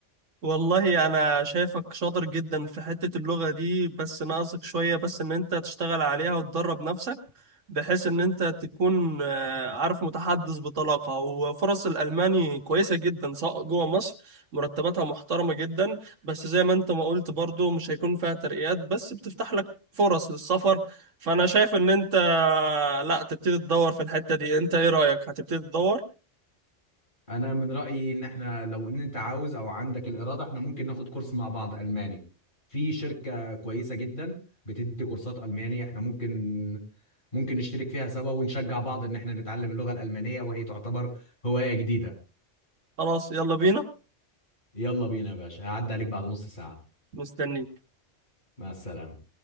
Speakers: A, on the right; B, on the left.
A: والله انا شايفك شاطر جدا في حتة اللغة دي بس ناقصك شوية بس ان انت تشتغل عليها وتدرب نفسك بحيث ان انت تكون آه، عارف متحدث بطلاقة وفرص الالماني كويسة جدا سواء جوه مصر مرتباتها محترمة جدا بس زي ما انت ما قلت برضو مش هيكون فيها ترقيات بس بتفتح لك فرص للسفر فانا شايف ان انت آه، لا تبتدي تدور في الحتة دي انت ايه رأيك هتبتدي تدور
B: انا من رايي ان احنا لو ان انت عاوز او عندك الاراده احنا ممكن ناخد كورس مع بعض الماني في شركه كويسه جدا بتدي كورسات الماني احنا ممكن ممكن نشترك فيها سوا ونشجع بعض ان احنا نتعلم اللغه الالمانيه وهي تعتبر هوايه جديده
A: خلاص يلا بينا
B: يلا بينا يا باشا هعدي عليك بعد نص ساعه
A: مستنيك
B: مع السلامه